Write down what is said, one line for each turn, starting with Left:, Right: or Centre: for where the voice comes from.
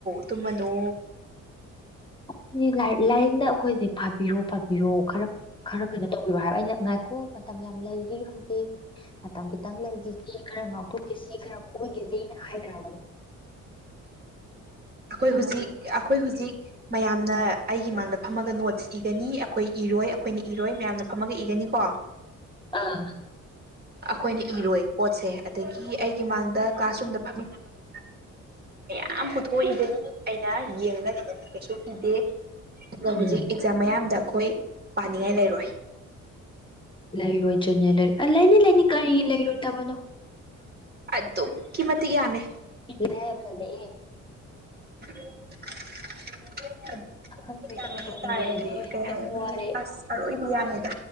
Right: ꯇꯨꯝꯃꯟꯅꯣ
Left: <unintelligible> ꯂꯥꯏꯔꯤꯛꯅ ꯑꯩꯈꯣꯏꯁꯦ ꯄꯥꯕꯤꯔꯣ ꯄꯥꯕꯤꯔꯣ ꯈꯔ ꯈꯔ ꯀꯩꯅꯣ ꯇꯧꯕꯤꯔꯣ ꯍꯥꯏꯕ ꯑꯩꯅ ꯉꯥꯏꯈꯣ ꯃꯇꯝ ꯌꯥꯝ ꯂꯩꯔꯤ ꯍꯧꯖꯤꯛ ꯃꯇꯝ ꯈꯤꯇꯪ ꯂꯩꯔꯤ ꯈꯔ ꯉꯥꯎꯊꯣꯛꯈꯤꯁꯤ ꯈꯔ ꯀꯣꯏꯈꯤꯁꯤꯅ ꯍꯥꯏ ꯇꯕꯅꯤ
Right: ꯑꯩꯈꯣꯏ ꯍꯧꯖꯤꯛ ꯑꯩꯈꯣꯏ ꯍꯧꯖꯤꯛ ꯃꯌꯥꯝꯅ ꯑꯩꯒꯤ ꯃꯥꯡꯗ ꯐꯝꯃꯒ ꯅꯣꯠꯁ ꯏꯒꯅꯤ ꯑꯩꯈꯣꯏ ꯏꯔꯣꯏ ꯑꯩꯈꯣꯏꯅ ꯏꯔꯣꯏ ꯃꯌꯥꯝꯅ ꯐꯝꯃꯒ ꯏꯒꯅꯤ ꯀꯣ <inaudible>
Left: ꯑꯥ
Right: ꯑꯩꯈꯣꯏꯅ ꯏꯔꯣꯏ ꯄꯣꯠꯁꯦ ꯑꯗꯒꯤ ꯑꯩꯒꯤ ꯃꯥꯡꯗ ꯀ꯭ꯂꯥꯁꯔꯨꯝꯗ ꯐꯝꯃꯤꯟꯅꯕ ꯃꯌꯥꯝ ꯃꯌꯥꯝ ꯄꯨꯊꯣꯛꯏꯒꯅꯤ ꯑꯩꯅ ꯌꯦꯡꯉꯒ ꯂꯩꯒꯅꯤ ꯀꯩꯁꯨ ꯏꯤꯗꯦ ꯑꯗꯨꯒ
Left: ꯎꯝ
Right: ꯍꯧꯖꯤꯛ ꯑꯦꯛꯖꯥꯝ ꯃꯌꯥꯝꯗ ꯑꯩꯈꯣꯏ ꯄꯥꯅꯤꯡꯉꯥꯏ ꯂꯩꯔꯣꯏ
Left: ꯂꯩꯔꯣꯏꯖꯅꯦ ꯂꯩꯔ ꯂꯩꯅꯤ ꯂꯩꯅꯤ ꯀꯔꯤ ꯂꯩꯔꯣꯏꯗꯕꯅꯣ
Right: ꯑꯗꯨ ꯑꯗꯨ ꯀꯃꯠꯇꯒꯤꯌꯥꯃꯦ
Left: ꯏꯒ ꯍꯥꯏꯗꯂꯦ
Right: <inaudible> ꯑꯗꯨꯀꯤ ꯃꯇꯤꯛ
Left: ꯍꯪꯆꯤꯠ
Right: ꯌꯥꯝꯃꯦ
Left: ꯇꯧꯕ
Right: ꯍꯥꯏꯇꯥꯔꯦꯅꯦ
Left: ꯇꯣꯛꯅꯤꯡꯉꯦ ꯑꯩꯗꯤ
Right: ꯀꯩ ꯍꯥꯏꯅꯤ
Left: ꯋꯥꯔꯦ
Right: ꯑꯁ ꯑꯔꯣꯏꯕ ꯌꯥꯅꯤꯗ